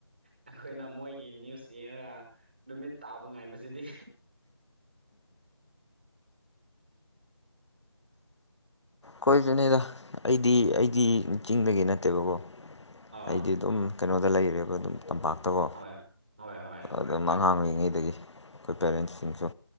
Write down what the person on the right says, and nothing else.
ꯑꯩꯈꯣꯏꯅ ꯃꯣꯏꯒꯤ ꯅ꯭ꯌꯨꯁ ꯌꯦꯡꯉꯒ ꯅꯨꯃꯤꯠ ꯇꯥꯕ ꯉꯥꯏꯕꯁꯤꯗꯤ
ꯑꯥ
ꯍꯣꯏ ꯍꯣꯏ ꯍꯣꯏ